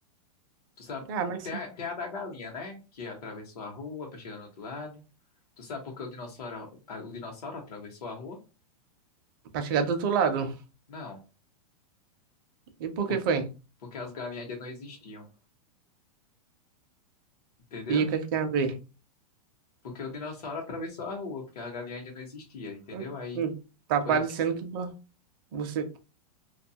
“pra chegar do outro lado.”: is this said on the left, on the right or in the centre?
Right